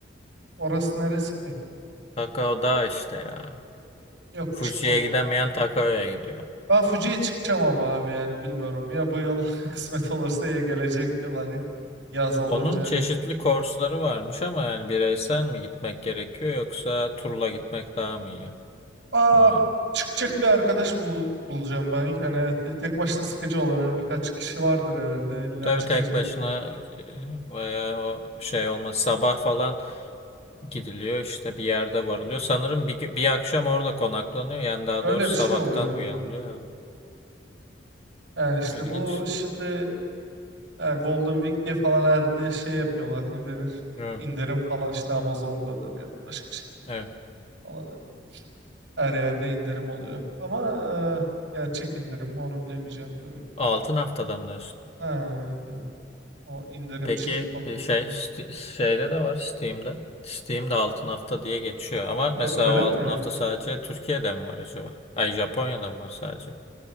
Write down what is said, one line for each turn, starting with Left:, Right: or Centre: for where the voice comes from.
Right: Orası neresi ki?
Left: Takao dağ işte ya.
Right: Yok
Left: Fuji'ye
Right: çıkmadı.
Left: gidemeyen Takao'ya gidiyor.
Right: Ben Fuji'ye çıkacağım ama abi yani bilmiyorum ya bu yıl <laughs> kısmet olursa ya gelecek yıl hani yaz olunca
Left: Onun çeşitli
Right: hani
Left: kursları varmış ama yani bireysel mi gitmek gerekiyor yoksa turla gitmek daha mı iyi?
Right: aa
Left: Bilmiyorum.
Right: çıkacak bir arkadaş bul- bulacağım ben ilk hani evet, tek başına sıkıcı olur hani birkaç kişi vardır herhalde illa
Left: Tabii
Right: çıkacak
Left: tek başına
Right: yani
Left: e, veya o şey olmaz. Sabah falan gidiliyor işte bir yerde varılıyor. Sanırım bir, gü- bir akşam orada konaklanıyor. Yani daha
Right: öyle
Left: doğrusu
Right: bir
Left: sabahtan
Right: şey oluyor evet.
Left: uyanılıyor.
Right: evet. Yani işte
Left: İlginç.
Right: bu şimdi e, e, Golden Week diye falan herhalde şey yapıyorlar ne denir
Left: Evet.
Right: indirim falan işte Amazon'dadır ya da başka şey
Left: evet.
Right: falan hani her yerde indirim oluyor ama e, gerçek indirim mi onu bilemeyeceğim tabii.
Left: Altın haftada mı diyorsun?
Right: Nerede? O indirim
Left: Peki
Right: şeyi falan.
Left: e, şey Sti- şeyde de var Steam'de. Steam'de altın hafta diye geçiyor ama
Right: Ö-
Left: mesela
Right: öyle
Left: o altın
Right: mi?
Left: hafta sadece Türkiye'de mi var acaba? Ay Japonya'da mı var sadece?